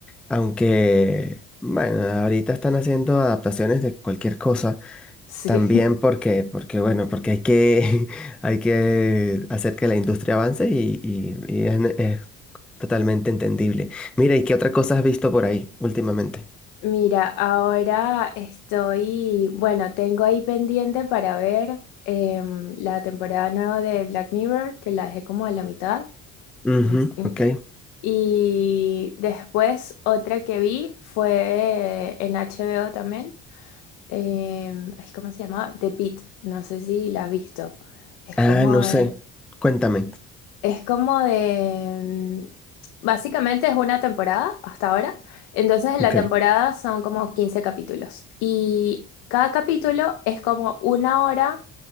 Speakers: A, in the centre; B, on the left.
A: Aunque, bueno, ahorita están haciendo adaptaciones de cualquier cosa.
B: sí.
A: También
B: <laughs>
A: porque, porque bueno, porque hay que, <laughs> hay que hacer que la industria avance y, y- y es, ne- es totalmente entendible. Mira, ¿y qué otra cosa has visto por ahí últimamente?
B: Mira, ahora estoy, bueno, tengo ahí pendiente para ver em, la temporada nueva de Black Mirror, que la dejé como a la mitad.
A: Ujú,
B: Menti- mm.
A: ok.
B: Y después otra que vi fue en HBO también. em, ay, ¿cómo se llama? The Pitt, no sé si la has visto. Es
A: Ah,
B: como
A: no
B: de-
A: sé. Cuéntame.
B: es como de... mm, Básicamente es una temporada hasta ahora. Entonces en
A: Ok.
B: la temporada son como 15 capítulos. Y cada capítulo es como una hora